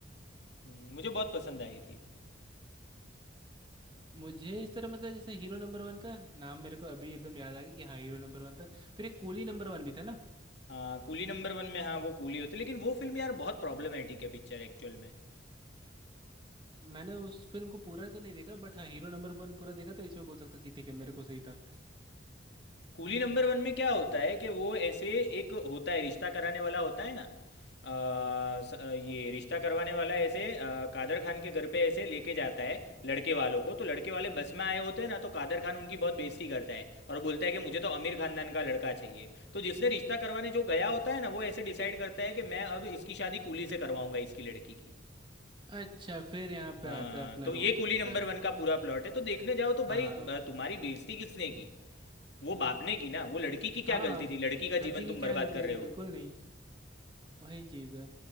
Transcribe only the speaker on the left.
हम्म, मुझे बहुत पसंद आई थी
हाँ कूली नंबर वन में हाँ वो कूली होती लेकिन वो फिल्म यार बहुत प्रॉब्लमेटिक है पिक्चर एक्चुअल में
कूली नंबर वन में क्या होता है कि वो ऐसे एक होता है रिश्ता कराने वाला होता है ना अ, स- अ, ये रिश्ता करवाने वाला ऐसे अ, कादर खान के घर पे ऐसे लेके जाता है लड़के वालों को तो लड़के वाले बस में आए होते हैं ना तो कादर खान उनकी बहुत बेइज्जती करता है और बोलता है कि मुझे तो अमीर खानदान का लड़का चाहिए तो जिसने रिश्ता करवाने जो गया होता है ना वो ऐसे डिसाइड करता है कि मैं अब इसकी शादी कूली से करवाऊंगा इसकी लड़की की
हाँ
तो ये
कूली
नंबर वन का पूरा प्लॉट है तो देखने जाओ तो
भाई ब- तुम्हारी बेइज्जती किसने की वो बाप ने की ना वो लड़की की क्या
गलती थी लड़की का
जीवन तुम
बर्बाद
कर रहे
हो